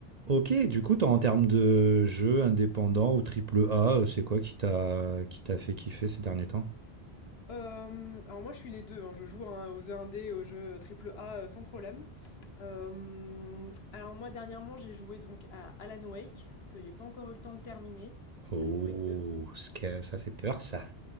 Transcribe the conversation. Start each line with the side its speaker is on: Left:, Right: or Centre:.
Right: Ok, du coup, toi, en termes de jeux indépendants ou triple A, euh, c'est quoi qui t'a qui t'a fait kiffer ces derniers temps?
Left: Hem, alors moi je suis les 2, hein, je joue hein, aux jeux indés, aux jeux triple A, heu, sans problème. Hem, alors moi dernièrement j'ai joué donc à Alan Wake, que j'ai pas encore eu le temps de terminer,
Right: Oh,
Left: Alan Wake deux.
Right: ce que- ça fait peur, ça.